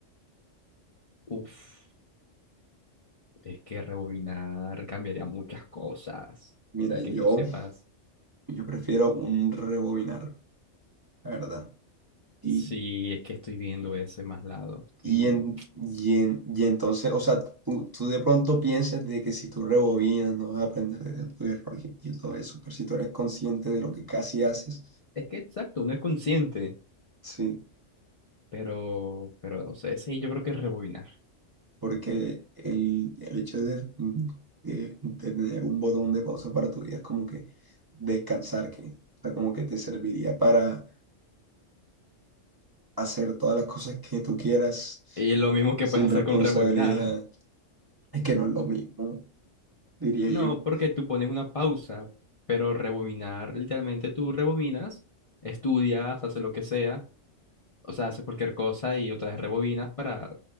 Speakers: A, on the left (about 45°); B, on the right (about 25°).
A: Uf. Es que rebobinar cambiaría muchas cosas
B: Mira,
A: sin
B: yo,
A: que tú sepas.
B: yo prefiero un rebobinar, la verdad. Y,
A: Sí, es que estoy viendo ese más lado.
B: y,
A: Sí.
B: en, y, en- y entonces, o sea, tú, tú de pronto piensas de que si tú rebobinas no vas a aprender de tu error y y todo eso, pero si tú eres consciente de lo que casi haces,
A: Es que exacto, uno es consciente,
B: sí.
A: pero, pero no sé, sí, yo creo que es rebobinar.
B: porque el, el hecho de, de- de tener un botón de pausa para tu vida es como que descansar, que, o sea, como que te serviría para hacer todas las cosas que tú quieras
A: Y lo mismo que
B: sin
A: puedes hacer
B: responsabilidad.
A: con rebobinar.
B: Es que no es lo mismo, diría
A: No,
B: yo.
A: porque tú pones una pausa, pero rebobinar, literalmente tú rebobinas, estudias, haces lo que sea, o sea, haces cualquier cosa y otra vez rebobinas para